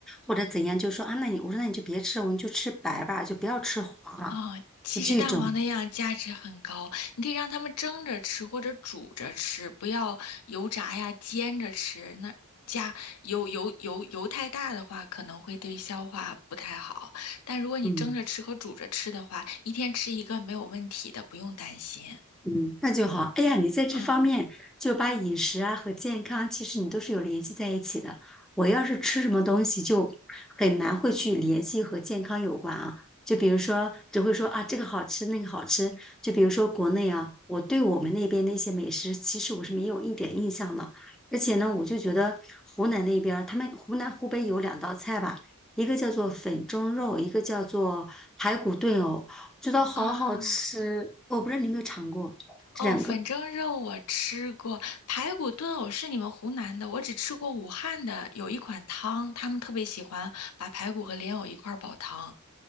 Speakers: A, in the centre; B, on the left.
A: 或者怎样，就说啊，那你我说那你就别吃，我们就吃白吧，就不要吃黄啊，
B: 啊、其实蛋黄那样价值很高，
A: 就这种。
B: 你可以让他们蒸着吃或者煮着吃，不要油炸呀、煎着吃。那加油油油油太大的话，可能会对消化不太好。但如果你蒸着吃和煮着吃的话，
A: 嗯。
B: 一天吃一个没有问题的，不用担心。
A: 嗯，那就好。哎呀，你在这方面就把饮食啊和健康，
B: 嗯
A: 其实你都是有联系在一起的。我要是吃什么东西，就很难会去联系和健康有关啊。就比如说，只会说啊这个好吃，那个好吃。就比如说国内啊，我对我们那边那些美食，其实我是没有一点印象的。而且呢，我就觉得湖南那边儿他们湖南、湖北有两道菜吧，一个叫做粉蒸肉，一个叫做排骨炖藕，觉得好好吃。
B: 啊，
A: 我不知道你有没有尝过。这两个，
B: 哦，粉蒸肉我吃过，排骨炖藕是你们湖南的，我只吃过武汉的，有一款汤，他们特别喜欢把排骨和莲藕一块儿煲汤。